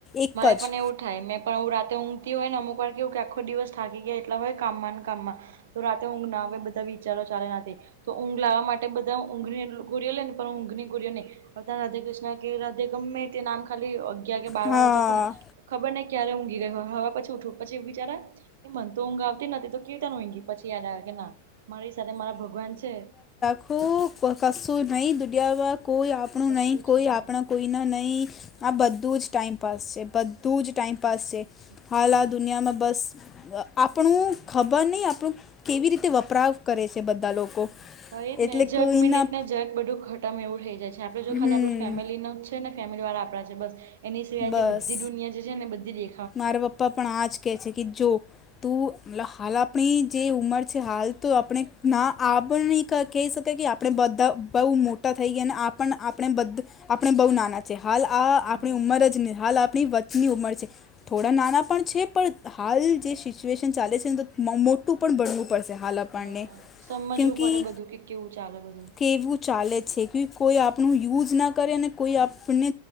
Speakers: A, on the left; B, on the right.
A: એક
B: મારે પણ
A: જ
B: એવું થાય મેં પણ હું રાતેઊઘ હોયને અમુક વાર કે એવું કે આખો દિવસ થાકી ગાય એટલા હોય કામમાં કામમાં તો રાતે ઊઘ ના આવે બધા વિચારો ચાલે ના તો ઊંઘ લાવવા માટે બધા ઊંઘની ગોરઓ લે ને પણ ઊંઘની ગોરિઓ નહી. અ ત રાધે કૃષ્ણ કે રાધે ગમે તે નામ ખાલી અગયાર કે બાર
A: હા
B: વાર હોજકો ને. ખબર નને ક્યારે ઊઘી ગય હવા પછી ઉઠું પછી બિચારા. એ મન તો ઊંઘ આવતી નથી તો કેવીું તનું ઈંઘી પછી યાદ આવે કે ના. મારી સાથે મારા ભગવાન છે.
A: હ કશું નહીં દુનિયાવા કોઈ આપણું
B: કશું
A: નહીં કોઈ
B: છે નહી
A: આપણા. કોઈને નહીં આ બધું જ ટાઈઇમપાસ છે બધું જ. ટાઈમપાસ
B: સાચી
A: છે
B: વાત
A: હાલ આ દુનિયામાં બસ. આપણું ખબર નહીં આપણું કેવી રીતે વપરાવ કરે છે બધા લોકો
B: હ એ
A: એટલે
B: ને જત
A: કોઈના
B: મિનિટ ને જત બધું ખતમ એવું થઈ જાય છે આપડે જો
A: હમ
B: ખાલી આપ ફેમિલીનું ફેમિલી વાળા આપડા છે બસ એની સિવાય
A: બસ
B: જે બધી દુનિયા જે છે ને બધી દે.
A: મારા પપ્પા પણ આજ કેહે છે કે જો. તું મતલ હાલ આપણી જે ઉંમર છે હાલ તો આપણે ના આ નહી. કહી શકાય કે આપણે બધા બહુ મોટા થઈ ગયા અને આપણે બ આપણે બહુ નાના. જે હાલ આ
B: હા
A: આપણી
B: હા
A: ઉંમર જ નહી હાલ આપણી વચ્ચની ઉંમર છે. થોડા નાના પણ છે પણ હાલ જે સિચ્યુએશન ચાલે છે ને તો મોટું પણ ભણવું પડશે હાલ પાડને
B: હા હા. સમજવું
A: ક્યકી
B: પડે બધું કે કેવું ચાલે બધું.
A: કેવુ. ચાલે છે કે કોઈ આપણું યુઝ ના કરે અને કોઈ આપને